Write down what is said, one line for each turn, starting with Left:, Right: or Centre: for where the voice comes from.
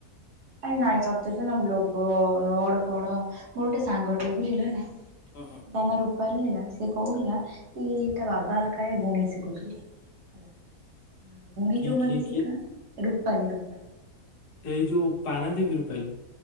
Right: ଆରେ ନାଇଁ ଚତୁୁରରେ ନା ଲୋଭ ରଡ ଫଡ ମୋର ଗୋଟେ ସାଙ୍ଗଟେ ବୁଝିଲ ହେଲା।
Left: ହୁଁ ହୁଁ।
Right: ତା ନା ରୂପାଲି ହେଲା। ସେ କହୁଥିଲା କି ତା ବାବା କାଳେ ଗୁଣି ଶିଖୁଥିଲେ। ହେଲା ଗୁଣି
Left: କିଏ
Right: ଯଉମାନେ
Left: କିଏ
Right: ଶିଖ
Left: କିଏ
Right: ରୂପାଲି ରୂପାଲୀ।
Left: ଏଇ ଯୋଉ ପାରାଦ୍ୱୀପ ରୂପାଲି?